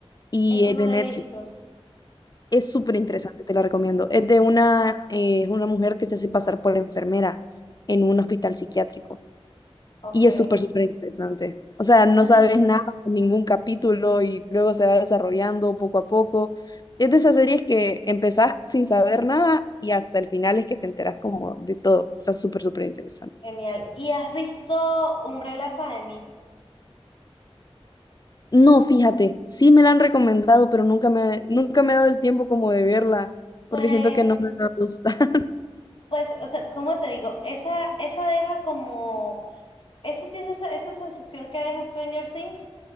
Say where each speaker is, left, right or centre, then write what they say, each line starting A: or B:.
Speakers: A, on the left; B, on the left.
A: y
B: Esa
A: es
B: no
A: de
B: la
A: Netflix.
B: he visto.
A: Es súper interesante, te la recomiendo. Es de una, eh, es una mujer que se hace pasar por enfermera en un hospital psiquiátrico.
B: Ok.
A: Y es súper, súper interesante. O sea, no
B: Ay,
A: sabes nada, ningún capítulo y luego se va desarrollando poco a poco. Es de esas series que empezás sin saber nada y hasta el final es que te enteras como de todo. Está súper, súper interesante.
B: genial. ¿Y has visto Umbrella Academy?
A: No, fíjate, sí me la han recomendado, pero nunca me, nunca me he dado el tiempo como de verla
B: Pues,
A: porque siento que no me va a gustar.
B: pues, o sea, ¿cómo te digo? Esa, esa deja como, esa tiene esa, esa sensación que deja Stranger Things,